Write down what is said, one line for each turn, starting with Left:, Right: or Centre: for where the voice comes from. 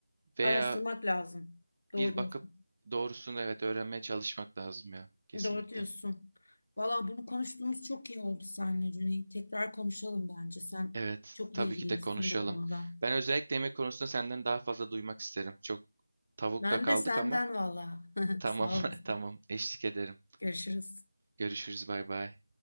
Right: Veya
Left: araştırmak lazım. Doğru
Right: bir
Left: diyorsun.
Right: bakıp doğrusunu evet öğrenmeye çalışmak lazım ya kesinlikle.
Left: Doğru diyorsun. Valla bunu konuştuğumuz çok iyi oldu seninle Cüneyt. Tekrar konuşalım bence. Sen
Right: Evet,
Left: çok
Right: tabii
Left: bilgilisin
Right: ki de konuşalım.
Left: bu konuda.
Right: Ben özellikle yemek konusunda senden daha fazla duymak isterim. Çok tavukta
Left: Ben
Right: kaldık
Left: de senden
Right: ama
Left: valla. <laughs>
Right: tamam
Left: Sağ olasın.
Right: <laughs> tamam eşlik ederim.
Left: Görüşürüz.
Right: Görüşürüz bay bay.